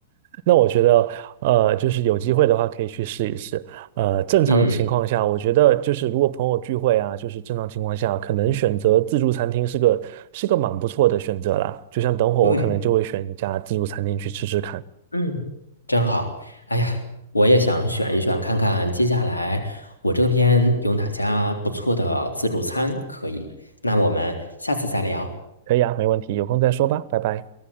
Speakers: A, on the right; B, on the left.
A: 那我觉得，呃，就是有机会的话可以去试一试。呃，正常情况下，
B: 嗯，
A: 我觉得就是如果朋友聚会啊，就是正常情况下，可能选择自助餐厅是个是个蛮不错的选择啦。就像等会我可能就会选一家自助餐厅去吃吃看。
B: 对。嗯真好，哎呀，我也想选一选，看看接下来我这边有哪家不错的自助餐可以。那我们下次再聊。
A: 可以啊，没问题，有空再说吧，拜拜。